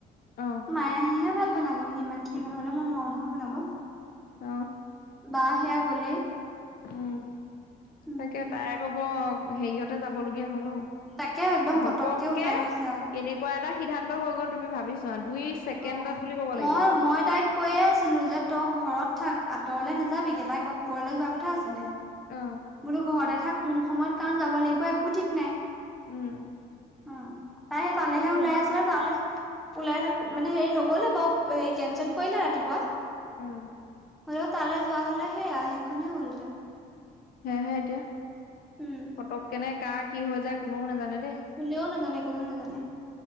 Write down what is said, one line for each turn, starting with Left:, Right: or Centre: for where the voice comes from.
Left: অ
Centre: মায়ে আহিহে ভাত বনাব সি ইমান খিনি মানু্হহলে মন নোৱাৰো নহয় বনাব
Left: অ
Centre: বা সেয়া গলেই
Left: উম
Centre: উম
Left: তাকে তাই আক হেৰিয়তে যাবলগীয়া হল অ
Centre: তাকে একদম
Left: ঘপককে
Centre: পতককে ওলাই গৈছে আৰু
Left: কে কোৱা এটা সিদ্ধান্ত হৈ গ'ল তুমি ভাবিছোৱা দুই ছেকেণ্ডত
Centre: অ
Left: বুলি ক'ব লাগিব
Centre: মই মই তাইক কৈয়ে আছিলো যে তই ঘৰত থাক আঁতৰলে নাযাবিগে তাই গহপুৰলে যোৱা কথা আছিলে
Left: অ
Centre: বোলো ঘৰতে থাক কোন সময়ত কাৰণ যাব লাগিব একো ঠিক নাই
Left: উম
Centre: উম তাই তালেহে
Left: সেইটোৱে
Centre: ওলাই আছে লে তালে ওলাই থাকোতে মানে হেৰি নগলে বাৰু হেৰি কেন্চেল কৰিলে ৰাতিপুৱা
Left: উম
Centre: হলেও তালৈ যোৱা হলে সেয়া সেইখন হে হ'লহেঁতেন
Left: সেয়েহে এতিয়া
Centre: উম
Left: পতককেনে কাৰ কি হৈ যায় কোনো নাজানে দেই
Centre: কোনেও নাজানে কোনেও নাজানে